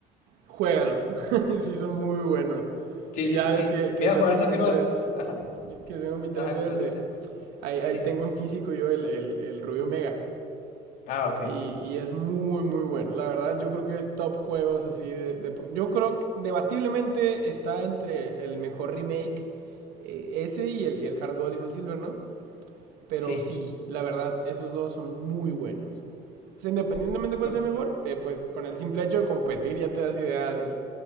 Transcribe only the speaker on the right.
juégalos. <laughs> sí, son muy buenos.
Y ya
ves
que, que
yo
tengo
mi 3
que tengo mi 3DS.
Ahí, ahí
tengo en físico yo el, el, el Rubio Mega.
Y, y es muy, muy bueno. La verdad, yo creo que es top juegos así de... de- yo creo que debatiblemente está entre el mejor remake eh, ese y el, y el Hard Gold y Soul Silver, ¿no? Pero
sí, la verdad, esos dos son muy buenos. O sea, independientemente de cuál
sea mejor, eh, pues con el simple hecho de competir ya te das idea del-